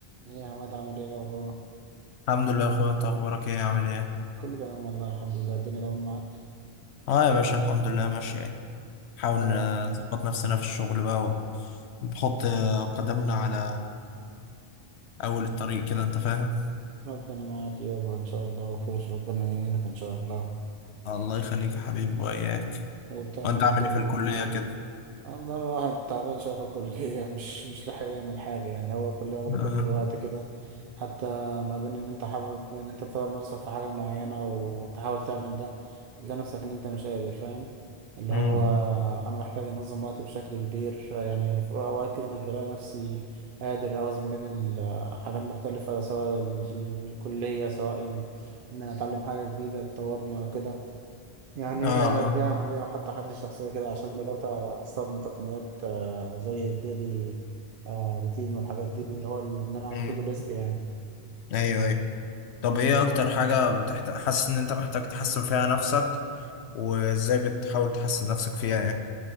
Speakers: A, on the right; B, on the left.
A: ايه يا عماد عامل ايه الاخبار
B: الحمد لله يا اخويا انت اخبارك ايه عامل ايه
A: كله تمام والله الحمد لله الدنيا تمام معاك
B: اه يا باشا الحمد لله ماشي ايه نحاول
A: اه
B: آه، نظبط نفسنا في الشغل بقى ونحط آه، قدمنا على اول الطريق كده انت فاهم
A: ربنا معاك يابا ان شاء الله وخير ربنا يعينك ان شاء الله
B: الله يخليك يا حبيبي واياك
A: ايه بتعمل
B: وانت
A: ايه
B: عامل
A: كده
B: ايه في الكلية كده
A: والله الواحد تعبان شوية في الكلية مش مش لاحق يعمل حاجة يعني هو الكلية واخدة كل
B: اه
A: الوقت كده حتى ما بين إن أنت حابب إن أنت تطور نفسك في حاجة معينة وتحاول تعمل ده تلاقي نفسك إن أنت مش قادر فاهم اللي
B: مم.
A: هو أنا محتاج أنظم وقتي بشكل كبير يعني في أوقات كده مش بلاقي نفسي قادر أوازن بين الحاجات مختلفة سواء ال- الكلية سواء ال- إن أنا أتعلم حاجة جديدة تطورني أو كده يعني
B: اه
A: هي
B: اه
A: دي عملية أو حتى حاجة شخصية كده عشان بدأت أستخدم تقنيات آه، زي الديلي آه، روتين والحاجات دي اللي هو إن أنا أعمل
B: مم.
A: تو ليست يعني
B: ايوه ايوه طب ايه اكتر حاجة بتحت... حاسس ان انت محتاج تحسن فيها نفسك وازاي بتحاول تحسن نفسك فيها يعني